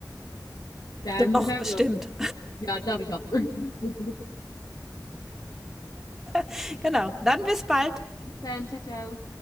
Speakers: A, on the left (about 60°); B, in the centre.
A: Dann
B: Doch,
A: hören
B: bestimmt.
A: wir uns. Ja, glaube ich auch. <laughs>
B: <laughs> Genau. Dann bis bald.
A: Bis dann, ciao, ciao.